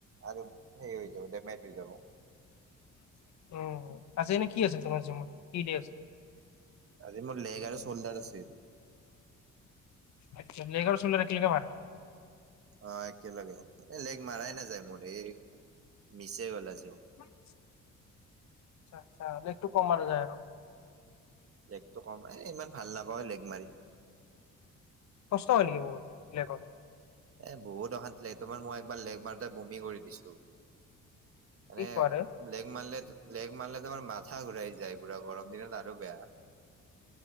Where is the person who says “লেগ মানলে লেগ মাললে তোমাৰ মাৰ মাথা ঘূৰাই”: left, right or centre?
Right